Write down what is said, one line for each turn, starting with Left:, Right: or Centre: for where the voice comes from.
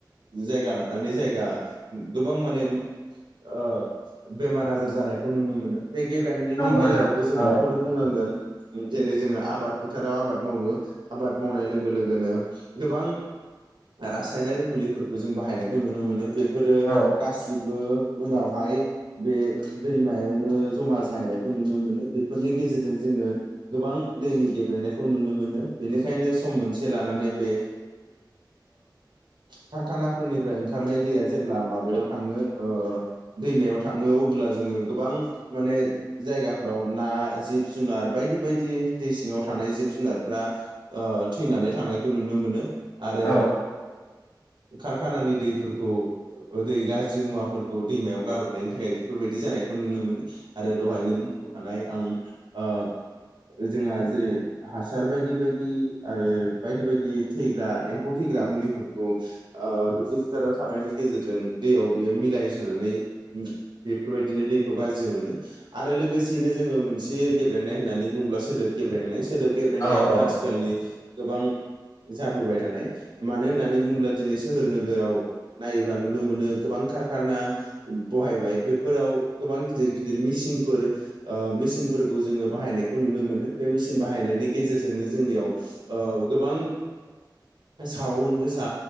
Right: जायगा लानानै जायगा गोबां माने ओ बेमार आजार जानायखौ नुनो मोनो गेब्रेंनायनि
Left: नंगौ
Right: बेलायावबो
Left: नोंथां
Right: जों
Left: औ
Right: बेखौनो बुंनांगोन जेरै जोङो आबाद फोथाराव आबाद मावो आबाद मावनाय लोगो लोगोनो गोबां रासायनारि मुलिफोरखौ जों बाहायनायखौ नुनो मोनो बेफोरो
Left: औ
Right: गासै जेबो उनावहाय बे दैमायावनो जमा जाहैनायखौ नुनो मोनो बेफोरनि गेजेरजों जोङो गोबां दैनि गेब्लेनायखौ नुनो मोनो बेनिखायनो सम मोनसे लानानै बे कारखानाफोरनिफ्राय ओंखारनाय दैया जेब्ला माबायाव थाङो दैमायाव थाङो अब्ला जोङो गोबां माने जायगाफोराव ना जिब जुनार बायदि बायदि दै सिङाव थानाय जिब जुनारफ्रा थैनानै थांनायखौ नुनो मोनो आरो
Left: औ
Right: खारखानानि दैफोरखौ दै गा जि मुवाफोरखौ दैमायाव गारबनायनि थाखाय बेफोरबायाददि जानायखौ नुनो मोनो। आरो दहायनो बुंबोखानाय आं ओ जोंहा जेरै हासार बायदि बायदि आरो बायदि बायदि थैग्रा एम्फौ थैग्रा मुलिफोरखौ ओ दुब्लि फोथाराव सारनायनि गेजेरजों दैयाव बेयो मिलायहोनानै बेफोरबायदिनो दैखौ गाज्रि मोनो। आरो लोगोसेयैनो जोङो मोनसे गेब्रेंनाय होननानै बुङोब्ला सोदोब गेब्रेंनाय सोदोब गेब्रेंनायाबो
Left: औ
Right: आथिखालनि गोबां जाबोबाय थानाय मानो होननानै बुङोब्ला दिनै सोहोर नोगोराव नायोब्ला नुनो मोनो गोबां खारखाना बहायबाय बेफोराव गोबां गिदिर गिदिर मेसििनफोर ओ मेचिनफोरखौ जोङो बाहायनायखौ नुनो मोनो बे मेसििन बाहायनायनि गेजेरजोंनो जोंनियाव गोबां साावन गोसा